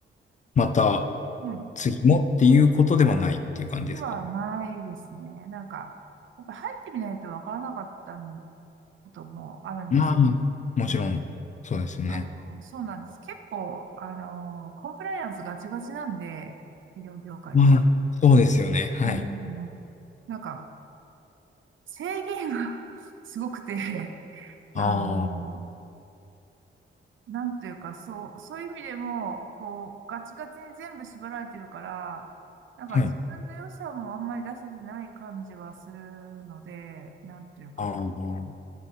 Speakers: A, on the left; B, on the right.
A: また
B: うん。
A: 次もっていうことではないっていう感じですか。
B: ではないですね。なんか、やっぱ入ってみないとわからなかったんこともあるんです。
A: まあ、もちろん、
B: うん、
A: そうですね。
B: あの、そうなんです。結構、あの、コンプライアンスガチガチなんで、医療業界って。
A: まあ、そうですよね。はい。
B: うん、なんか、制限が <laughs> すごくて、あの、
A: ああ、
B: なんというか、そう、そういう意味でも、こう、ガチガチに全部縛られてるから、なんか自分の良さもあんまり出せてない感じはするので、
A: はい。
B: なんというか、
A: ああ。